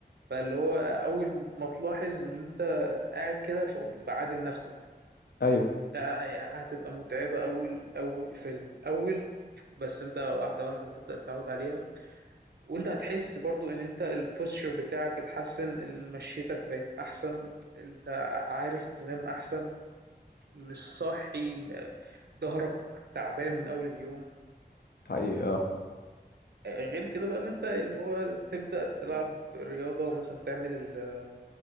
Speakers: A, on the right; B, on the left.
A: فاللي هو اول ما تلاحظ ان انت قاعد كده فقوم تبقى عادل نفسك
B: ايوه
A: اه، آه، هتبقى متعبة اول اول في الاول بس انت واحدة واحدة هتبدأ تتعود عليها وانت هتحس برضو ان انت البوستشر بتاعك اتحسن ال- مشيتك بقت احسن انت عارف تنام احسن مش صاحي ظهرك تعبان من اول اليوم
B: حقيقي اه
A: غير كده بقى اللي انت اللي هو تبدأ تلعب رياضة ومثلا تعمل ال...